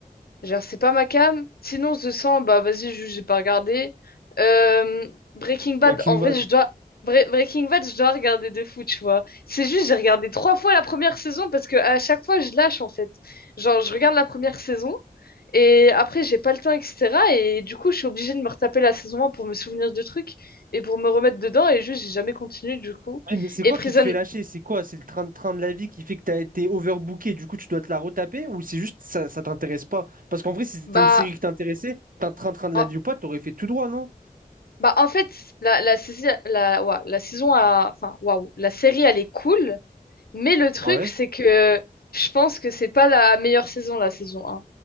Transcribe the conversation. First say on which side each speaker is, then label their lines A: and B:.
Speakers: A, on the left; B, on the right.
A: Genre, c'est pas ma cam. Sinon, The 100, bah vas-y, juste, j'ai pas regardé. Euh, Breaking Bad,
B: Breaking
A: en vrai,
B: Bad.
A: je dois. Bre- Breaking Bad, je dois regarder de fou, tu vois. C'est juste, j'ai regardé trois fois la première saison parce que à chaque fois, je lâche, en fait. Genre, je regarde la première saison et après, j'ai pas le temps, etc. Et du coup, je suis obligée de me retaper la saison 1 pour me souvenir de trucs et pour me remettre dedans. Et juste, j'ai jamais continué, du coup.
B: Eh, Mais c'est quoi
A: Et Prison,
B: qui te fait lâcher? C'est quoi? C'est le train de, train de la vie qui fait que tu as été overbooké, du coup tu dois te la retaper? Ou c'est juste ça, ça t'intéresse pas? Parce qu'en vrai, si c'était
A: bah.
B: une série qui t'intéressait, t'as un train-train de la
A: en-
B: vie ou pas, t'aurais fait tout droit, non?
A: Bah, en fait, la, la, saisi- la, ouah, la saison a... Enfin, waouh, la série, elle est cool, mais le truc,
B: Ouais.
A: c'est que je pense que c'est pas la meilleure saison, la saison